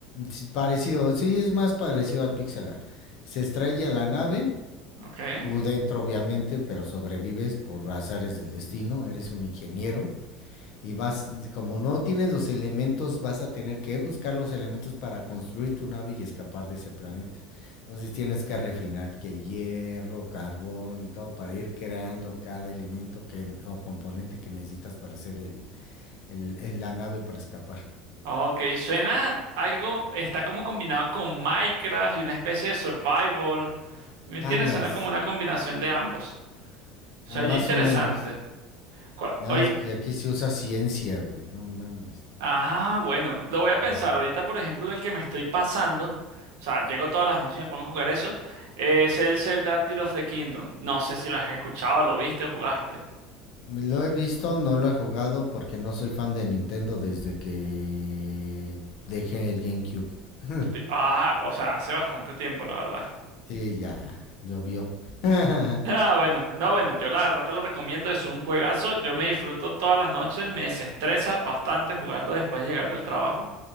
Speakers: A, on the left; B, on the right.
A: sí, parecido, sí, es más parecido a Pixelar. Se estrella la nave,
B: Ok.
A: tú dentro obviamente, pero sobrevives por azares del destino, eres un ingeniero y vas, como no tienes los elementos, vas a tener que buscar los elementos para construir tu nave y escapar de ese planeta. Entonces tienes que refinar que hierro, carbón y todo para ir creando cada elemento que, o componente que necesitas para hacer el, el- el- la nave para escapar.
B: Ok, suena algo, está como combinado con Minecraft y una especie de survival. ¿sí ¿Me entiendes?
A: Andas,
B: Suena como una combinación de ambos. O sea,
A: ah,
B: oye,
A: más
B: interesante.
A: o menos.
B: Cua-
A: Nada
B: Ahorita,
A: más que aquí se usa ciencia, güey, no mames.
B: ah, bueno, lo voy a pensar.
A: Ujú.
B: Ahorita, por ejemplo, el que me estoy pasando, o sea, llego todas las noches y me pongo a jugar eso, es el Zelda Tears of the Kingdom. No sé si lo has escuchado, lo viste, jugaste.
A: Lo he visto, no lo he jugado porque no soy fan de Nintendo desde que dejé el GameCube. <laughs>
B: Sí, Ah, o sea, hace bastante tiempo, la verdad.
A: Sí, ya, llovió. <laughs>
B: Ah, bueno, no, bueno, yo la verdad te lo recomiendo, es un juegazo, yo me disfruto todas las noches, me desestresa bastante jugarlo después de llegar del trabajo